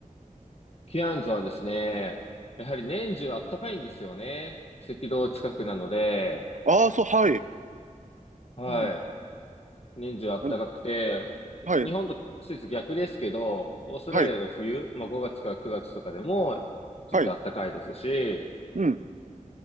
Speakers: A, on the left; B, on the right.
A: キアンズはですね、やはり年中あったかいんですよね。赤道近くなので、
B: ああー、そう、はい。
A: はい。
B: うん。
A: 年中あったかくて、
B: あはい、
A: 日本と季節逆ですけど、オーストラリアの冬、
B: はい、
A: まあ5月から9月とかでもずっとあったかいですし、
B: はい。うん。